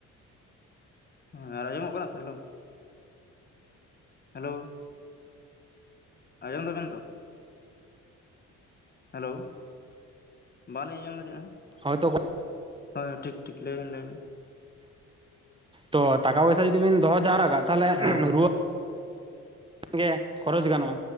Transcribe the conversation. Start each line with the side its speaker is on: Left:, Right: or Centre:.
Left: ᱦᱮᱸ ᱟᱨ ᱟᱸᱡᱚᱢᱚᱜ ᱠᱟᱱᱟ ᱛᱚ ᱦᱮᱞᱳ ᱦᱮᱞᱳ ᱟᱸᱡᱚᱢ ᱫᱟᱵᱮᱱ ᱛᱚ? ᱦᱮᱞᱳ ᱵᱟᱞᱤᱧ ᱟᱸᱡᱚᱢ ᱫᱟ ᱪᱮᱫ
Right: ᱦᱚᱭᱛᱳ
Left: ᱦᱚᱸ ᱦᱳᱭ ᱴᱷᱤᱠ ᱴᱷᱤᱠ ᱞᱟᱹᱭ ᱵᱮᱱ ᱞᱟᱹᱭ ᱵᱮᱱ
Right: ᱛᱚ ᱴᱟᱠᱟ ᱯᱚᱭᱥᱟ ᱡᱩᱫᱤ ᱵᱤᱱ ᱫᱚᱦᱚ ᱡᱟᱣᱨᱟ ᱠᱟᱜ ᱛᱟᱦᱞᱮ
Left: ᱦᱮᱸ ᱦᱮᱸ
Right: ᱨᱩᱣᱟᱹ ᱜᱮ ᱠᱷᱚᱨᱚᱪ ᱜᱟᱱᱚᱜᱼᱟ᱾